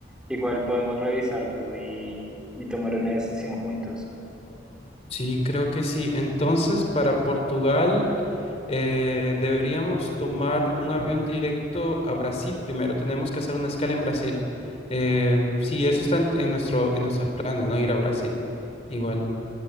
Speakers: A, in the centre; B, on the left (about 35°).
A: Igual podemos revisarlo y, y tomar una decisión juntos.
B: Sí, creo que sí. Entonces, para Portugal eh, deberíamos tomar un avión directo a Brasil primero. Tenemos que hacer una escala en Brasil. Eh, sí, eso está en, en nuestro, en nuestros planes, ¿no? Ir a Brasil. Igual.